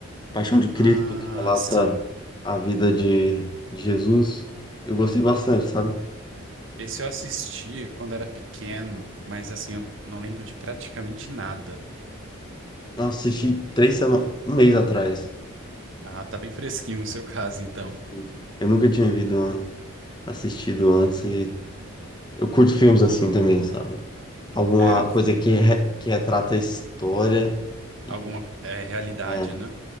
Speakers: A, on the left; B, on the right.
A: Paixão de Cristo,
B: ah,
A: que relata
B: sim.
A: a vida de, de Jesus. Eu gostei bastante, sabe?
B: Esse eu assisti quando era pequeno, mas assim, eu não lembro de praticamente nada.
A: Eu assisti três semanas, um mês atrás.
B: Ah, tá bem fresquinho no seu <laughs> caso, então.
A: E Eu nunca tinha vido, assistido antes e Eu curto filmes assim também, sabe? Alguma
B: É
A: coisa que, re- que retrata a história. E...
B: alguma é, realidade,
A: É,
B: né?